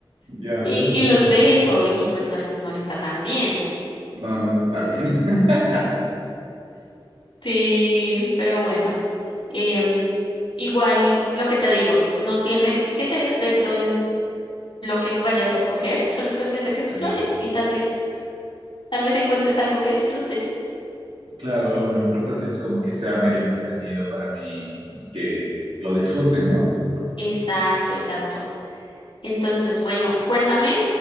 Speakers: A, on the right; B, on the left.
A: Ya,
B: y, y los dejo y pues no, es- no está tan bien.
A: no, no está bien. <laughs>
B: Sí, pero bueno, em, igual lo que te digo, no tienes que ser experto en lo que vayas a escoger, solo es cuestión de que
A: Sí,
B: explores y tal vez, tal vez encuentres algo que disfrutes.
A: claro, lo importante es como que sea medio entretenido para mí, y que lo disfrute, ¿no?
B: Exacto, exacto. Entonces, bueno, cuéntame